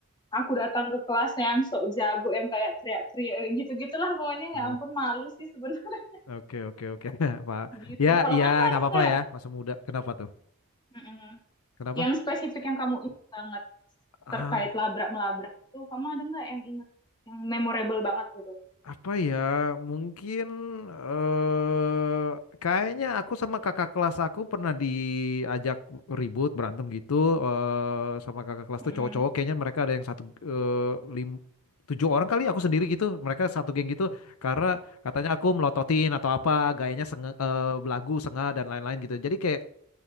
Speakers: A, on the left; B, on the left.
A: aku datang ke kelasnya yang sok jago yang kayak teriak-teriak eh, gitu-gitulah pokoknya
B: Ah,
A: ya ampun malu sih sebenarnya
B: Oke oke oke <laughs> Pak.
A: <laughs> gitu
B: Ya
A: kalau
B: ya
A: kamu
B: nggak
A: ada
B: apa-apa
A: nggak
B: lah ya masa muda. Kenapa tuh?
A: Mm-mm.
B: Kenapa?
A: yang spesifik yang kamu ingat banget
B: Ah,
A: terkait labrak melabrak itu kamu ada nggak yang ingat yang memorable banget gitu
B: apa ya mungkin eh kayaknya aku sama kakak kelas aku pernah diajak ribut berantem gitu eh sama kakak kelas tuh
A: Mm-mm.
B: cowok-cowok kayaknya mereka ada yang satu eh, lim tujuh orang kali aku sendiri gitu mereka satu geng gitu karena katanya aku melototin atau apa gayanya senge, eh, belagu sengah dan lain-lain gitu jadi kayak